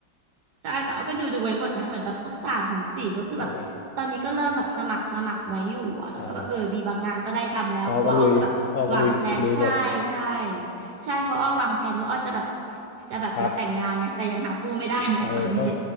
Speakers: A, on the right; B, on the left.
A: ได้แต่ว่าก็ดูดูไว้หมดนะเหมือนแบบสักสามถึงสี่ก็คือแบบตอนนี้ก็เริ่มแบบสมัครสมัครไว้อยู่อะแล้วก็แบบเออมีบางงานก็ได้ทำแล้วเพราะว่าอ้อก็แบบวางแพลนใช่ใช่
B: โหอ่าออก็ลุยออก็ลุยกิจลุยหมด
A: ใช่เพราะอ้อวางแพลนว่าอ้อจะแบบจะแบบมาแต่งงานไงแต่ยังหาผู้ไม่ได้ไงตอนนี้
B: ครับเออต้อง